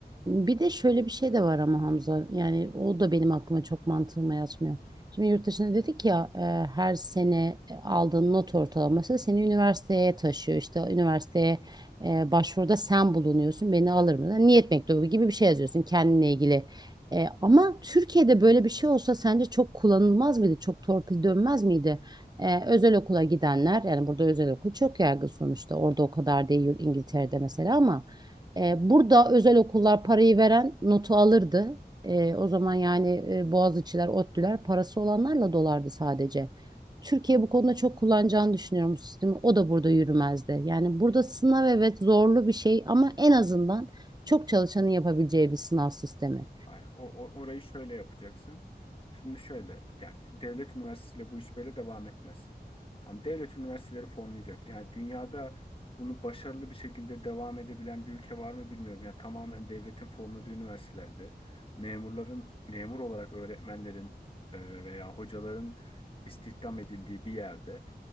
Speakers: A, on the right; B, on the left.
A: Bir de şöyle bir şey de var ama Hamza yani o da benim aklıma çok mantığıma yatmıyor. Şimdi yurt dışında dedik ya e, her sene e, aldığın not ortalaması seni üniversiteye taşıyor. İşte üniversiteye e, başvuruda sen bulunuyorsun beni alır mı? Yani Niyet mektubu gibi bir şey yazıyorsun kendine ilgili. E, ama Türkiye'de böyle bir şey olsa sence çok kullanılmaz mıydı? Çok torpil dönmez miydi? E, özel okula gidenler yani burada özel okul çok yaygın sonuçta orada o kadar değil İngiltere'de mesela ama. E, burada özel okullar parayı veren notu alırdı. E, o zaman yani e, Boğaziçi'ler, ODTÜ'ler parası olanlarla dolardı sadece. Türkiye bu konuda çok kullanacağını düşünüyorum bu sistemi. O da burada yürümezdi. Yani burada sınav evet zorlu bir şey ama en azından çok çalışanın yapabileceği bir sınav sistemi.
B: Hayır, o, o- orayı şöyle yapacaksın. Şimdi şöyle yani devlet üniversitesiyle bu iş böyle devam etmez. Tamam, devlet üniversiteleri fonlayacak. Yani dünyada bunu başarılı bir şekilde devam edebilen bir ülke var mı bilmiyorum. Yani tamamen devletin fonladığı üniversitelerde memurların memur olarak öğretmenlerin e, veya hocaların istihdam edildiği bir yerde